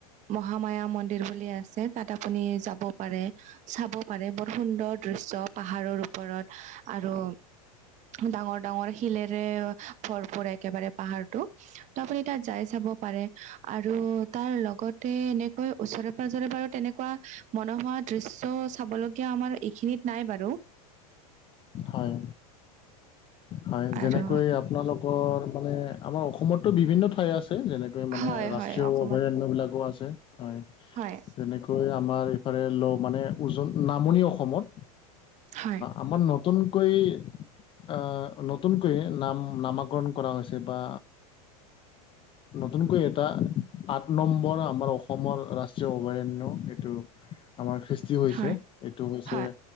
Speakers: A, on the right; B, on the left.
A: মহামায়া মন্দিৰ বুলি আছে তাত আপুনি যাব পাৰে। চাব পাৰে বৰ সুন্দৰ দৃশ্য পাহাৰৰ ওপ ওপৰত আৰু ডাঙৰ ডাঙৰ শিলেৰে ভৰপূৰ একেবাৰে। পাহাৰটো ত' আপুনি তাত যাই চাব পাৰে। আৰু তাৰ লগতে এনেকৈ ওচৰে পাজৰে বাৰু তেনেকুৱা মনোহোৱা দৃশ্য চাবলগীয়া আমাৰ এইখিনিত নাই বাৰু।
B: হয় হয় যেনেকৈ
A: আৰু
B: আপোনালোকৰ মানে আমাৰ অসমতো বিভিন্ন ঠাই আছে যেনে মানে
A: হয়
B: ৰাষ্ট্ৰীয়
A: হয় অসমত
B: অভয়াৰণ্য বিলাকো আছে হয়।
A: হয়
B: তেনে আমাৰ এইফালে ল মানে ওজনী নামনি অসমত।
A: হয়
B: আমাৰ নতুনকৈ আহ নতুনকৈয়ে নাম নামাকৰণ কৰা হৈছে বা
A: <inaudible>
B: নতুনকৈ এটা আঠ নম্বৰ আমাৰ অসমৰ ৰাষ্ট্ৰীয় অভয়াৰণ্য এইটো।
A: <unintelligible>
B: আমাৰ খ্ৰীষ্টি হৈছে
A: হয়
B: এইটো হৈছে
A: হয়